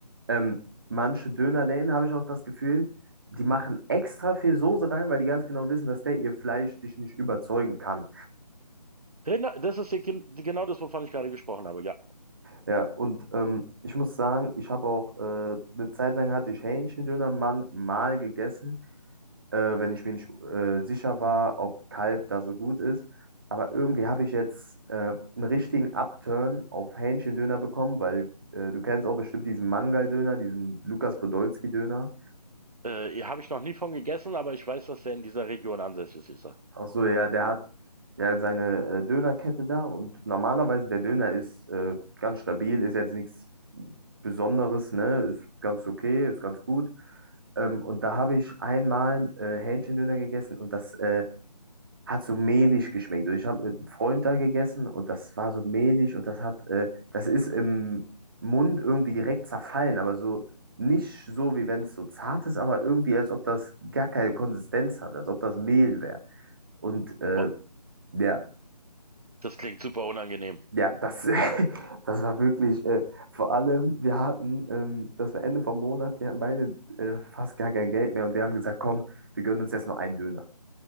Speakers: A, on the right; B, on the right.
A: ähm, manche Dönerläden habe ich auch das Gefühl, die machen extra viel Soße rein, weil die ganz genau wissen, dass der ihr Fleisch dich nicht überzeugen kann.
B: Rinder, das ist die, genau das, wovon ich gerade gesprochen habe, ja.
A: Ja, und ähm, ich muss sagen, ich habe auch, äh, eine Zeit lang hatte ich Hähnchendöner man- mal gegessen, äh, wenn ich mir nicht äh, sicher war, ob Kalb da so gut ist. Aber irgendwie habe ich jetzt äh, einen richtigen Upturn auf Hähnchendöner bekommen, weil äh, du kennst auch bestimmt diesen Mangal-Döner, diesen Lukas Podolski-Döner.
B: Äh, habe ich noch nie von gegessen, aber ich weiß, dass der in dieser Region ansässig ist.
A: Ach so, ja, der hat ja seine äh, Dönerkette da und normalerweise der Döner ist äh, ganz stabil, ist jetzt nichts Besonderes, ne? Ist ganz okay, ist ganz gut. Ähm, und da habe ich einmal äh, Hähnchendöner gegessen und das äh, hat so mehlig geschmeckt. Und ich habe mit einem Freund da gegessen und das war so mehlig und das hat, äh, das ist im Mund irgendwie direkt zerfallen, aber so nicht so, wie wenn es so zart ist, aber irgendwie, als ob das gar keine Konsistenz hat, als ob das Mehl wäre. Und äh,
B: Boah,
A: ja,
B: das klingt super unangenehm.
A: ja, das, <laughs> das war wirklich, äh, vor allem, wir hatten, ähm, das war Ende vom Monat, wir hatten beide äh, fast gar kein Geld mehr und wir haben gesagt, komm, wir gönnen uns jetzt nur einen Döner.